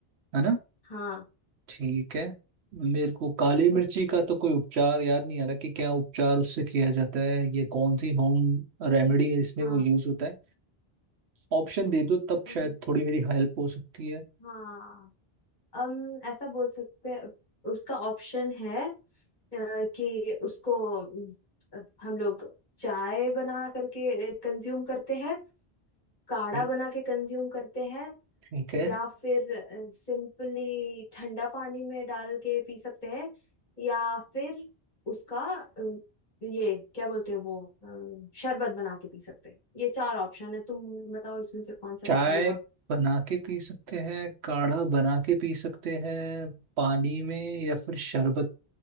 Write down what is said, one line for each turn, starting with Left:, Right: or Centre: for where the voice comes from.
Right: है ना
Left: हाँ
Right: ठीक है मेरे को काली मिर्ची
Left: उस
Right: का तो कोई उपचार याद नहीं आ रहा कि क्या उपचार उससे किया जाता है ये कौन सी होम रेमेडी है जिसमें
Left: हाँ
Right: वो यूज होता है ऑप्शन दे दो तब
Left: अम,
Right: शायद थोड़ी मेरी हेल्प हो सकती है
Left: हाँ हम ऐसा बोल सकते हैं उसका ऑप्शन है अ, कि उसको अम, हम लोग चाय बना करके कंज्यूम करते हैं काढ़ा
Right: ठीक
Left: बना के कंज्यूम करते हैं
Right: ठीक है
Left: या फिर सिंपली ठंडा पानी में डाल के पी सकते हैं या फिर उसका अम, ये क्या बोलते हैं वो अम, शरबत बना के पी सकते हैं ये चार ऑप्शन है तुम बताओ इसमें से कौन सा
Right: चाय
Left: होगा
Right: बना के पी सकते हैं काढ़ा बना के पी सकते हैं पानी में या फिर शरबत